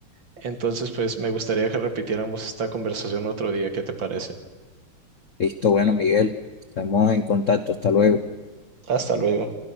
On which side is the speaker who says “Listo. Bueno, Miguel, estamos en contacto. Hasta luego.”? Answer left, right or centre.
Left